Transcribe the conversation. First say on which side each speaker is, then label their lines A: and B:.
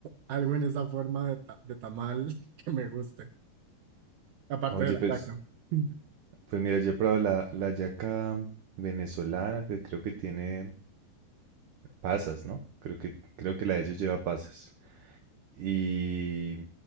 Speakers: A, on the right; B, on the right.
A: algo en esa forma de, ta- de tamal <laughs> que me guste, aparte
B: Oye,
A: de la
B: pues,
A: yaca. <laughs>
B: pues mira, yo he probado la, la hallaca venezolana, que creo que tiene pasas, ¿no? Creo que, creo que la de ellos lleva pasas. Y